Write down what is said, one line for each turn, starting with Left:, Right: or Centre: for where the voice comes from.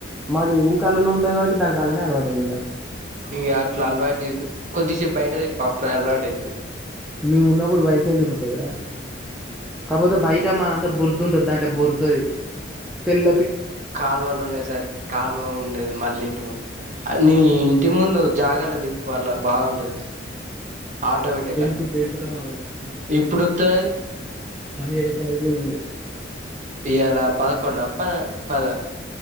Centre: మాది ఊకాళ్ళనే ఉంటది కాబట్టి దానికాళ్ళనే అలవాటు అయింది ఇక
Right: ఇంకా అట్లా అలవాటు కొద్దిసేపు బయటది పాప్పుడు అలవాటు అయిదిడు
Centre: మేము ఉన్నప్పుడు బయటనే తిరుగుతది కాకపోతే బయటమ్ మా అంతా బుర్దుంటంది దాంటే బురుతుది తెల్
Right: కాలువలు ఉండేది సరి కాలువ ఉండేది మళ్ళీ ఇంటి ముందు అన్నిీ ఇంటి ముందు జాగలేదు ఇప్పు అలా బాగుంటది ఆటో పెెటకాడ
Centre: బెల్ట్ బెల్ట్ రావాల ఫస్ట్
Right: ఇప్పుడు వస్తా
Centre: పదిహేడో తారీఖ ఉన్నా
Right: ఏలా పదకొన్న పద పద